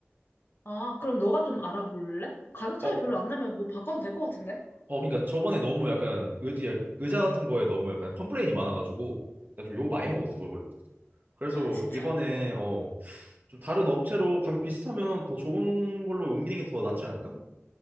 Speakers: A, on the left; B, on the right.
A: 아, 그럼 너가 좀 알아볼래? 가격 차이
B: 어,
A: 별로 안 나면 뭐 바꿔도 될 것 같은데?
B: 어 그러니까 저번에 너무 약간 의지 약간 의자 같은 거에 너무 약간 컴플레인이 많아가지고 나 좀 욕 많이
A: 어,
B: 먹었어
A: 어.
B: 그걸 그래서
A: 아, 진짜.
B: 이번에 어 좀 다른 업체로 가격 비슷하면 더 좋은 걸로 옮기는 게 더 낫지 않을까?